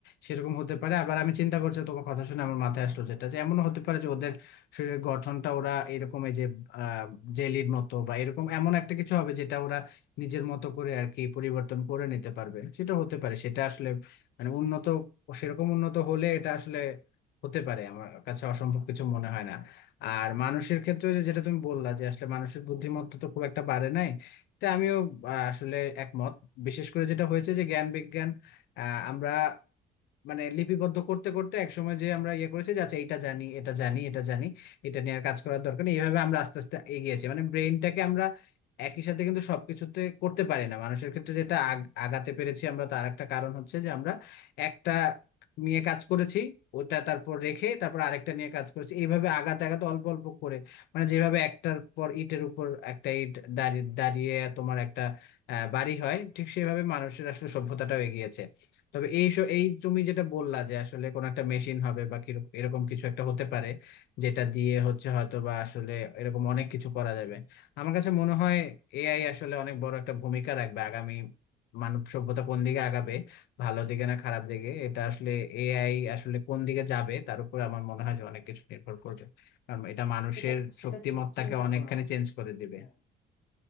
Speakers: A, on the left; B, on the left.
A: সেরকম হতে পারে আবার আমি চিন্তা করছি তোমার কথা শুনে আমার মাথায় আসলো যেটা যে এমন হতে পারে যে ওদের শরীরের গঠনটা ওরা এরকম এই যে জেলির মতো বা এরকম এমন একটা কিছু হবে যেটা ওরা নিজের মতো করে আর কি পরিবর্তন করে নিতে পারবে সেটা হতে পারে সেটা আসলে মানে উন্নত সেরকম উন্নত হলে এটা আসলে হতে পারে আমার কাছে অসম্ভব কিছু মনে হয় না আর মানুষের ক্ষেত্রে ওই যে যেটা তুমি বললা যে আসলে মানুষের বুদ্ধিমত্তা তো খুব একটা বাড়ে নাই তা আমিও আহ, আসলে একমত বিশেষ করে যেটা হয়েছে যে জ্ঞান বিজ্ঞান আহ, আমরা মানে লিপিবদ্ধ করতে করতে একসময় যে আমরা ইয়ে করেছি যে আচ্ছা এটা জানি এটা জানি এটা জানি এটা নিয়ে আর কাজ করার দরকার নেই এইভাবে আমরা আস্তে আস্তে এগিয়েছি মানে ব্রেইনটাকে আমরা একই সাথে কিন্তু সবকিছুতে করতে পারি না মানুষের ক্ষেত্রে যেটা আগ- আগাতে পেরেছি আমরা তার একটা কারণ হচ্ছে যে আমরা একটা নিয়ে কাজ করেছি ওটা তারপর রেখে তারপর আরেকটা নিয়ে কাজ করেছি এইভাবে আগাতে আগাতে অল্প অল্প করে মানে যেভাবে একটার পর ইটের উপর একটা ইট দাঁড়িয়ে দাঁড়িয়ে তোমার একটা আহ, বাড়ি হয় ঠিক সেভাবে মানুষের আসলে সভ্যতাটাও এগিয়েছে তবে এই স- এই তুমি যেটা বললা যে আসলে কোন একটা মেশিন হবে বা কিরক- এরকম কিছু একটা হতে পারে যেটা দিয়ে হচ্ছে হয়তো বা আসলে এরকম অনেক কিছু করা যাবে আমার কাছে মনে হয় এআই আসলে অনেক বড় একটা ভূমিকা রাখবে আগামী মানব সভ্যতা কোন দিকে আগাবে ভালো দিকে না খারাপ দিকে এটা আসলে এআই আসলে কোন দিকে যাবে তার উপর আমার মনে হয় যে অনেক কিছু নির্ভর করবে কারণ এটা মানুষের
B: সেটা সেটা
A: শক্তিমত্তাকে
B: চিন্তা
A: অনেকখানি
B: করো
A: চেঞ্জ করে দিবে
B: হ্যাঁ